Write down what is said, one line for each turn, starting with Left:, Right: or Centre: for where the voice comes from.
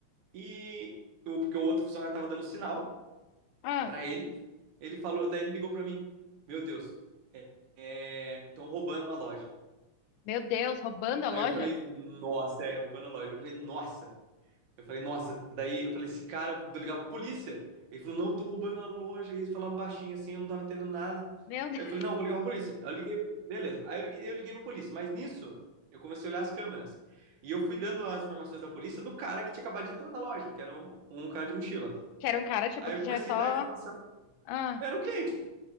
Right: e eu, porque o outro funcionário tava dando sinal
Left: ah.
Right: para ele, ele falou, daí ele ligou para mim, meu Deus, estão é, é, tão roubando a loja.
Left: Meu Deus, roubando a
Right: Aí
Left: loja?
Right: eu falei, nossa, é, roubando a loja. Eu falei, nossa, Eu falei, nossa, daí eu falei, esse cara, eu vou ligar pra polícia. Ele falou, não, tô roubando a loja. Ele falando baixinho assim, eu não tava entendendo nada.
Left: Meu Deus.
Right: Aí
Left: <laughs>
Right: eu falei, não, vou ligar pra polícia. Aí eu liguei, beleza. Aí eu liguei, eu liguei pra polícia, mas nisso eu comecei a olhar as câmeras. E eu fui dando as informações da polícia do cara que tinha acabado de entrar na loja, que era um, um cara de mochila.
Left: Que era um cara, tipo,
Right: Aí
Left: que
Right: eu comecei
Left: já é só.
Right: a dar a informação.
Left: Ah,
Right: Era o cliente.